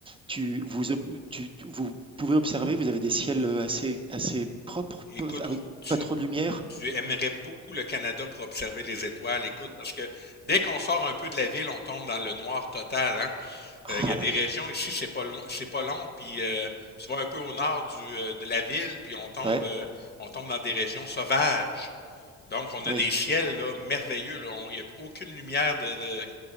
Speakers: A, on the right (about 15°); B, on the left (about 35°).
A: Tu, vous, ob- tu, tu- vous pouvez observer, vous avez des ciels euh, assez, assez propres,
B: écoute,
A: peu- avec
B: oh, tu,
A: pas trop de lumière.
B: tu aimerais beaucoup le Canada pour observer les étoiles, écoute, parce que dès qu'on sort un peu de la ville, on tombe dans le noir total, hein.
A: Ah
B: Euh, Il y a
A: là
B: des
A: là.
B: régions ici, c'est pas loin, c'est pas long, puis euh, tu vas un peu au nord du, euh, de la ville, puis on tombe,
A: Ouais,
B: euh, on tombe dans des régions sauvages. Donc, on
A: oui.
B: a des ciels là, merveilleux. là. On- Il n'y a aucune lumière de, de-